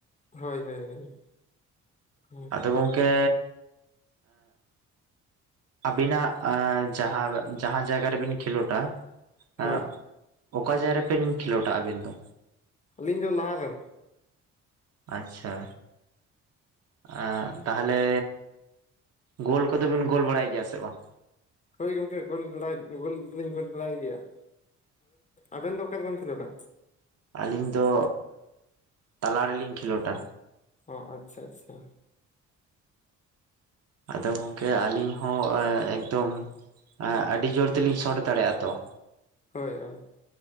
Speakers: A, on the left (about 25°); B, on the right (about 55°).
A: ᱦᱳᱭ ᱦᱳᱭ ᱦᱳᱭ
B: ᱟᱫᱚ ᱜᱚᱝᱠᱮ ᱟᱵᱤᱱᱟᱜ ᱮᱸ ᱡᱟᱦᱟᱸ ᱡᱟᱭᱜᱟ ᱨᱮᱵᱮᱱ ᱠᱷᱮᱞᱳᱰᱟ ᱮᱸ
A: ᱦᱳᱭ
B: ᱚᱠᱟ ᱡᱟᱭᱜᱟ ᱨᱮᱵᱤᱱ ᱠᱷᱮᱞᱳᱰᱟ ᱟᱹᱵᱤᱱ ᱫᱚ
A: ᱟᱹᱞᱤᱧ ᱫᱚ ᱢᱟᱲᱟᱝ ᱨᱮ
B: ᱟᱪᱪᱷᱟ ᱮ ᱛᱟᱦᱚᱞᱮ ᱜᱳᱞ ᱠᱚᱫᱚᱵᱤᱱ ᱜᱳᱞ ᱵᱟᱲᱟᱭ ᱜᱮᱭᱟ ᱥᱮ ᱵᱟᱝ
A: ᱦᱳᱭ ᱜᱚᱝᱠᱮ ᱜᱳᱞ ᱵᱟᱲᱟᱭ ᱜᱳᱞᱞᱤᱧ ᱜᱳᱞ ᱵᱟᱲᱟᱭ ᱜᱮᱭᱟ᱾ ᱟᱵᱮᱱ ᱫᱚᱠᱟ ᱨᱮᱵᱤᱱ ᱠᱷᱮᱞᱳᱰᱟ
B: ᱟᱹᱞᱤᱧ ᱫᱚ ᱛᱟᱞᱟ ᱨᱮᱞᱤᱧ ᱠᱷᱮᱞᱳᱰᱟ
A: ᱚ ᱟᱪᱪᱷᱟ ᱟᱪᱪᱷᱟ
B: ᱟᱫᱚ ᱜᱚᱝᱠᱮ ᱟᱹᱞᱤᱧ ᱦᱚᱸ ᱮᱠᱫᱚᱢ ᱟᱹᱰᱤ ᱡᱳᱨ ᱛᱮᱞᱤᱧ ᱥᱚᱴ ᱫᱟᱲᱮᱭᱟᱜᱼᱟ ᱛᱚ
A: ᱦᱳᱭ ᱦᱳᱭ